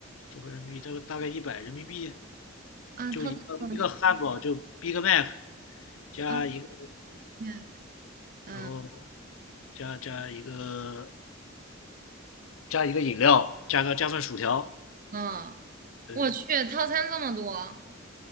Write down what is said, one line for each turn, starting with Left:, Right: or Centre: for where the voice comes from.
Left: 折合人民币，这个大概一百人民币，
Right: 啊，
Left: 就一个一个汉堡就
Right: 套餐多少是
Left: Big Mac 加一个，
Right: 啊 m
Left: 然后
Right: 嗯
Left: 加加一个加一个饮料，加个加份薯条，
Right: 啊，
Left: 对，
Right: 我去，套餐这么多，